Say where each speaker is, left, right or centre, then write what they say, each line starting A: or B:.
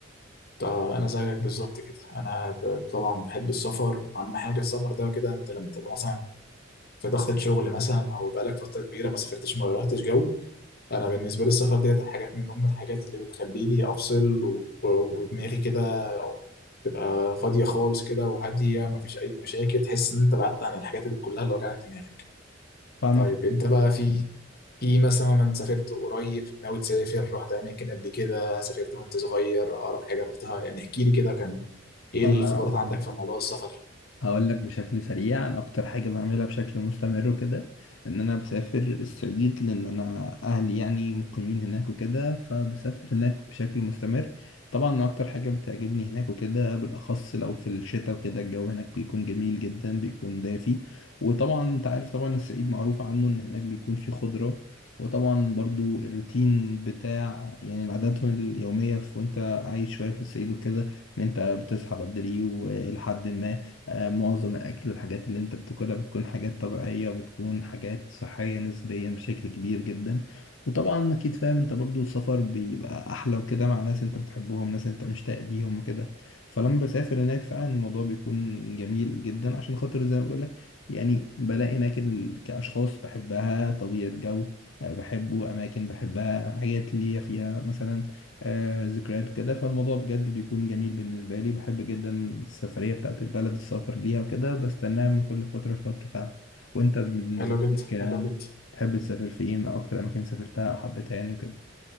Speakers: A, on the left; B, on the left.
A: طب انا زيك بالظبط كده انا ب- طبعا بحب السفر اهم حاجه السفر ده كده انت لما تبقى مثلا في ضغطة شغل مثلا او بقالك فتره كبيره ما سافرتش ما غيرتش جو انا بالنسبه لي السفر ديت الحاجات من ضمن الحاجات اللي بتخليني افصل و- و- ودماغي كده تبقى فاضيه خالص كده وهاديه مفيش اي مشاكل تحس ان انت بعدت عن الحاجات اللي كلها اللي وجعت دماغك
B: فاهمك
A: طيب انت بقى في في مثلا سافرت قريب ناوي تسافر رحت اماكن قبل كده سافرت وانت صغير اقرب حاجه رحتها يعني احكي لي كده كان ايه
B: آه،
A: الخبرات عندك في موضوع السفر
B: هقول لك بشكل سريع انا اكتر حاجه بعملها بشكل مستمر وكده ان انا بسافر الصعيد لان انا اهلي يعني مقيمين هناك وكده فبسافر هناك بشكل مستمر طبعا اكتر حاجه بتعجبني هناك وكده بالاخص لو في الشتاء وكده الجو هناك بيكون جميل جدا بيكون دافي وطبعا انت عارف طبعا الصعيد معروف عنه ان هناك بيكون فيه خضره وطبعا برضو الروتين بتاع يعني العادات اليوميه في وانت عايش شويه في الصعيد وكده ان انت بتصحى بدري ولحد ما آه، معظم الأكل والحاجات اللي أنت بتاكلها بتكون حاجات طبيعية وبتكون حاجات صحية نسبيا بشكل كبير جدا وطبعا أكيد فاهم أنت برضو السفر بيبقى أحلى وكده مع ناس أنت بتحبهم ناس أنت مشتاق ليهم وكده فلما بسافر هناك فعلا الموضوع بيكون جميل جدا عشان خاطر زي ما بقول لك يعني بلاقي هناك ال- كأشخاص بحبها طبيعة جو آه، بحبه أماكن بحبها حاجات ليا فيها مثلا آه، ذكريات كده فالموضوع بجد بيكون جميل بالنسبة لي بحب جدا السفرية بتاعت البلد السفر ليها وكده بستناها من كل فترة لفترة فعلا وانت بالنسبة
A: حلو جدا
B: لك آه،
A: حلو جدا
B: تحب تسافر فين او اكتر اماكن سافرتها او حبيتها يعني وكده